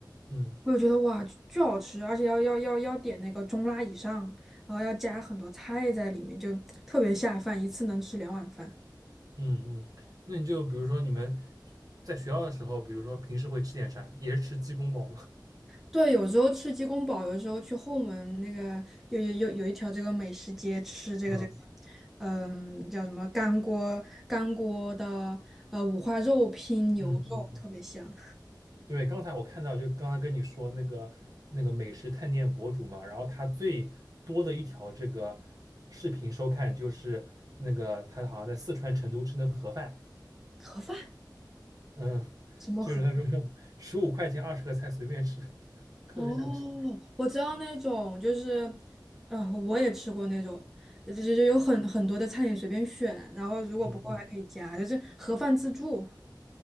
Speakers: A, on the right; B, in the centre.
A: 嗯。
B: 我就觉得哇，巨巨好吃，而且要要要要点那个中辣以上，然后要加很多菜在里面，就特别下饭，一次能吃两碗饭。
A: 嗯嗯，那你就比如说你们在学校的时候，比如说平时会吃点啥？也是吃鸡公煲吗？
B: 对，有时候吃鸡公煲，有时候去后门那个有有有有一条这个美食街吃这个这个，
A: <laughs> 嗯
B: 嗯，叫什么干锅干锅的呃五花肉拼牛肉，
A: 嗯嗯，
B: 特别香。
A: 对，刚才我看到，就刚才跟你说那个那个美食探店博主嘛，然后他最多的一条这个视频收看就是那个他好像在四川成都吃那个盒饭，
B: 盒饭
A: 嗯，
B: 什么盒？
A: 就是他说十五块钱二十个菜随便吃，<laughs> 特别想吃。
B: 哦，我知道那种，就是，嗯、呃我也吃过那种，就就就有很很多的菜你随便选，然后如果不够还可以加，
A: 嗯嗯。
B: 就是盒饭自助，